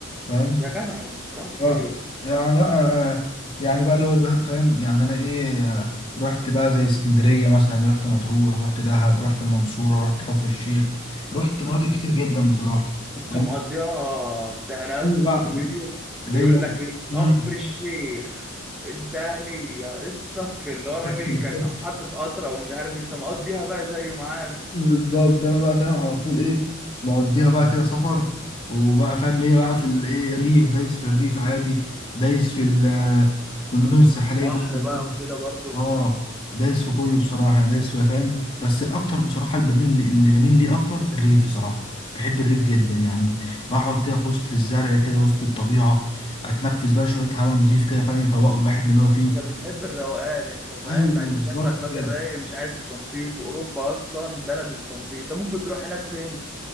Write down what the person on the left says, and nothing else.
فاهم
آه، يعني آه، يعني بقى اللي هو بقى- فاهم يعني انا ايه آه، رحت بقى زي اسكندريه مثلا رحت مطروح رحت دهب رحت المنصوره رحت كفر الشيخ رحت مناطق كتير جدا بصراحه
فاهم
ليا
بقى
ليا
مم.
أيوة،
بالظبط انا بقى فاهم على طول ايه مقضيها بقى كده سفر وبقى فاهم ليه بقى في الايه ريف دايس في الريف عادي دايس في ال- في المدن الساحليه
برضه
عادي
اه دايس في كله بصراحه انا دايس فيها فاهم بس الاكتر بصراحه اللي بميل لي- اللي بميل ليه اكتر الريف بصراحه بحب الريف جدا يعني بقعد كده في وسط الزرع كده وسط الطبيعه اتنفس بقى شويه هواء نضيف كده فاهم يفوقوا الواحد من اللي هو فيه
ايوه بالظبط
كده